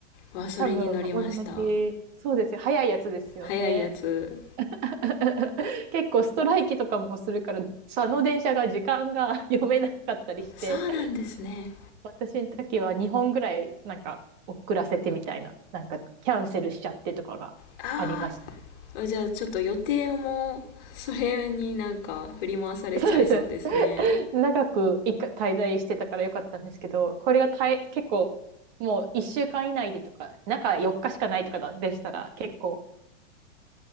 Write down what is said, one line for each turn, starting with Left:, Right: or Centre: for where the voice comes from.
Left: わそれに乗りました
Right: 多分同じ、そうですよ、早いやつですよね。
Left: 早いやつ
Right: <laughs> 結構ストライキとかもするから、その電車が時間が <laughs> 読めなかったりして、
Left: そうなんですね
Right: 私の時は2本ぐらいなんか遅らせてみたいな、なんかキャンセルしちゃってとかがありました。
Left: ああじゃあちょっと予定もそれになんか振り回されちゃいそうですね
Right: そうです。<laughs> 長く一回滞在してたからよかったんですけど、これがたい結構もう1週間以内でとか、中4日しかないとかだでしたら結構